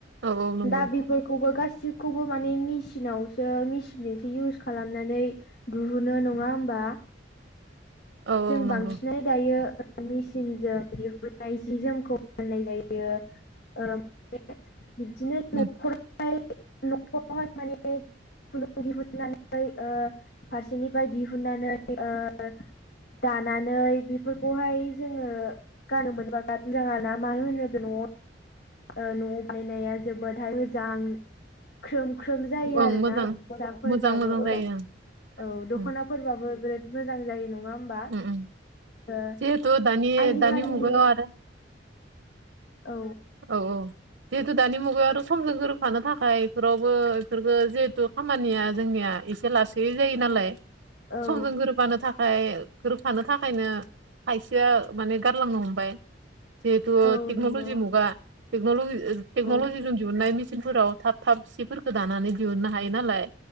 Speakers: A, on the right (about 65°); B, on the left (about 60°).
A: औ औ नंगौ
B: दा बे- फोरखौबो गासिखौबो माने मेसिनावसो मेचिनजोंसो इउस खालामनानै दुहुनो नङा होमबा।
A: औ
B: जों
A: औ नंगौ
B: बांसिनै दायो मेचिनजों दिहुननाय जि जोमखौ फाननाय जायो ओ बे बिदिनो न'खर
A: उम
B: फाय न'खरावहाय माने खुन्दुं दिहुननानै ओ फारसेनिफ्राय दिहुननानै ओ दानानै बिफोरखौहाय जोङो गाननो मोनबा बिराद मोजां आरोना मानो होनोब्ला न'आव ओ न'आव बानायनाया जोबोदहाय मोजां। ख्रोम ख्रोम जायो
A: ओं
B: आरोना
A: मोजां
B: दख'नाफोरबाबो
A: मोजां मोजां
B: औ
A: जायो
B: औ दख'ना
A: ओं
B: फोरबाबो बिराद मोजां जायो नङा होमबा
A: उम उम
B: ओ
A: जिहेथु दानि
B: आजिखालि
A: दानि मुगायाव आरो
B: औ।
A: औ औ जिहेतु दानि मुगायावथ' समजों गोरोबफानो थाखाय बेफोरावबो बेफोरखौ जिहेतु खामानिया जोंनिया एसे लासैयै जायो नालाय
B: औ
A: समजों गोरोबबानो थाखाय गोरोबफानो थाखायनो खायसेया माने गारलांनो हमबाय। जिहेतु
B: औ
A: टेक्न'लजि
B: नंगौ
A: मुगा टेक्न'लजि ओ
B: औ
A: टेक्न'लजिजों दिहुननाय मेसिनफोराव थाब थाब सिफोरखौ दानानै दिहुननो हायो नालाय